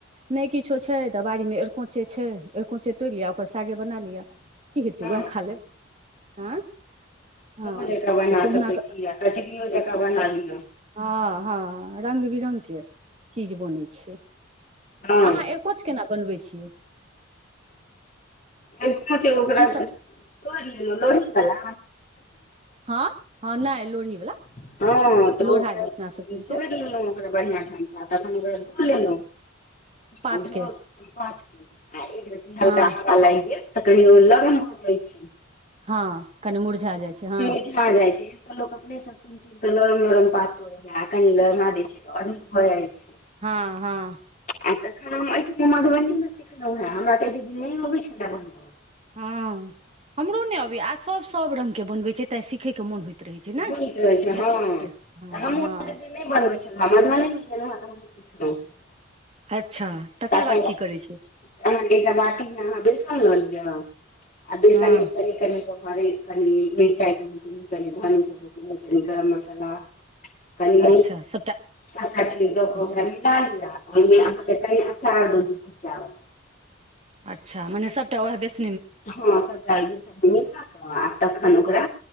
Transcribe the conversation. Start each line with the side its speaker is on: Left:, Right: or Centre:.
Right: नहि किछो छै तऽ बाड़ी मे एरकोचे छै एरकोचे तोड़ि लिया आ ओकर सागे बना लिय की हेतै
Left: हँ
Right: उएह खा लेब आँय हँ
Left: सब्जी जकाँ बना
Right: तऽ कहुना
Left: सकैत
Right: कऽ
Left: छी आ कचरीओ जकाँ बना लिय
Right: हँ हँ रंग बिरंगके चीज बनै छै
Left: हँ
Right: अहाँ एरकोच केना बनबै छियै
Left: कांचे ओकरा
Right: कीसभ
Left: तोड़ि लेलौं लोढ़ी वला
Right: हँ हँ नहि
Left: हँ
Right: लोढ़हीवला
Left: तऽ
Right: लोढ़ा
Left: ओकरा
Right: जे अपना सब कहै
Left: तोड़ि
Right: छै
Left: लेलहु ओकरा बढ़ियां ठाम सँ तखन ओकरा लेलौं
Right: पात
Left: आ ध
Right: के
Left: एक रति हल्का
Right: हँ
Left: हल्का लाइर तऽ कनि ओ लरम भऽ जाइ छै
Right: हँ कनि मुरझा जाइ छै हँ
Left: हँं मुरझा जाइ छै तऽ लोक अपने सँ चुनि चुनि कऽ लरम लरम पात तोड़ेयै आ कनि लड़मा दै छियै तऽ आओर नीक भऽ जाइ छै
Right: हँ हँ
Left: आ हम एहिठम मधुबनी मे सिखलहुँ हें हमरा तऽ एते दिन नहि अबै छले बनब
Right: हँ हमरो नै अबैयै आ सब सब रंग के बनवै छै तें सीखै के मोन होइत रहै छै ने
Left: खुब नीक रहै छै
Right: जे
Left: हँ तऽ
Right: हँ
Left: हमहुँ
Right: हँ
Left: तऽ दीदी नहि बनबै छलहुँ मधुबनी जा कऽ हमहूँ सिखलहुँ हें
Right: अच्छा तकर
Left: तऽ
Right: बाद
Left: एकटा
Right: की करै छै
Left: बाटी मे अहाँ बेसन लऽ लिय आ बेसन
Right: हँ
Left: मे कनी कनी कऽ कनि कनि मिरचाइ के बुकनी कनि धनी के बुकनी कनि गरम मसाला कनि
Right: अच्छा सभटा
Left: सबटा चीज दऽ कऽ
Right: हँ
Left: ओकरा मीला लिए ओहि मे की अंचार दऽ दियौ कुच्चा बला
Right: अच्छा मने सबटा ओएह बेसन
Left: हँ सबटा ओइ बेसन मे मिला कऽ आ तखन ओकरा